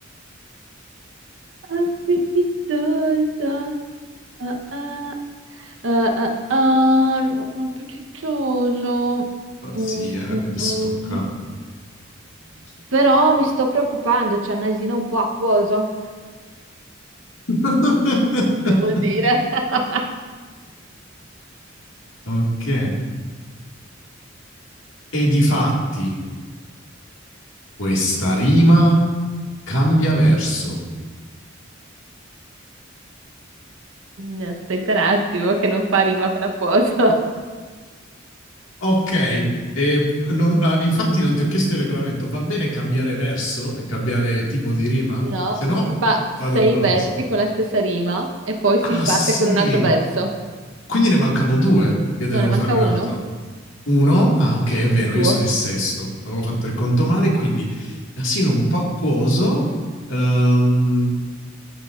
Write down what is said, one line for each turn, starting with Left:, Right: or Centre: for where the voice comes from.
Right: appetitosa. Ah, ah, ah, ah, ah, rimane appetitoso.
Left: Oh,
Right: Mm,
Left: sì, eh, adesso
Right: mm, mm.
Left: tocca... mm, Quindi, gesto appetitoso.
Right: Però mi sto preoccupando, c'è il nasino un po' acquoso.
Left: <laughs>
Right: Cosa vuol dire? <laughs>
Left: Ok, e difatti questa rima cambia verso.
Right: No, Aspetta un attimo, che non fa rima con acquoso.
Left: Ok, e non- ah, infatti non ti ho chiesto il regolamento, va bene cambiare verso e cambiare tipo di rima?
Right: No,
Left: Se no
Right: si fa
Left: vado
Right: sei
Left: con
Right: versi
Left: oso.
Right: con la stessa rima e poi si
Left: Ah,
Right: parte
Left: sei.
Right: con un altro verso.
Left: Quindi ne mancano due. Io devo
Right: No, ne manca
Left: fare un
Right: uno?
Left: altro. Uno, ah, ok,
Right: Sì.
Left: è vero,
Right: Il tuo.
Left: io sono il sesto. Avevo fatto il conto male, quindi nasino un po' acquoso. Ehm,